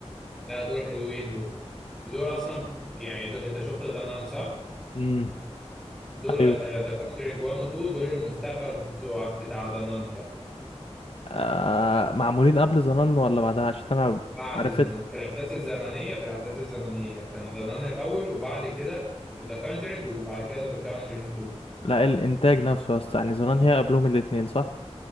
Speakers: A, in the centre; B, on the left.
A: لا دول حلوين دول دول اصلا يعني دول انت شفت ذا نان صح
B: امم
A: دول
B: ايوه
A: ذا كونجرينج 1 و 2 دول المستقبل بتوع بتاع ذا نان بقى
B: آه معمولين قبل زنان ولا بعدها عشان انا
A: بعد
B: عرفت
A: ذا نان في الاحداث الزمنيه في الاحداث الزمنيه كان ذا نان الاول وبعد كده ذا كونجرينج وبعد كده ذا كونجرينج
B: لا الانتاج نفسه يا اسطى يعني زنان هي قبلهم الاتنين صح